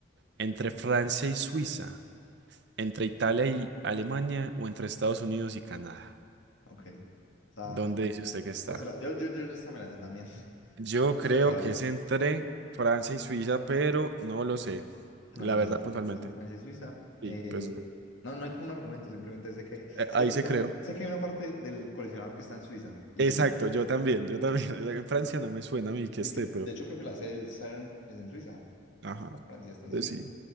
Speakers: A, on the right; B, on the left.
A: entre Francia y Suiza, entre Italia y Alemania o entre Estados Unidos y Canadá.
B: ok. O sea,
A: ¿Dónde dice usted que está?
B: vos te la, yo, yo, yo esta me la sé también, <laughs>
A: Yo
B: vos
A: creo
B: te la sabes.
A: que es entre Francia y Suiza, pero no lo sé,
B: No
A: la
B: sé
A: verdad
B: si en
A: puntualmente.
B: efecto es en Francia y Suiza.
A: Sí,
B: Eh,
A: pues
B: no, no hay como un argumento, simplemente sé que,
A: eh,
B: sé
A: ahí
B: que
A: se
B: están,
A: creó.
B: sé que hay una parte del colisionador que está en Suiza, y
A: Exacto,
B: sí.
A: yo también, yo también. <laughs> En Francia no me suena a mí que
B: Sí,
A: esté,
B: que de
A: pero...
B: hecho creo que la sede del CERN es en Suiza.
A: Ajá,
B: No está en Francia, está en
A: pues
B: Suiza,
A: sí.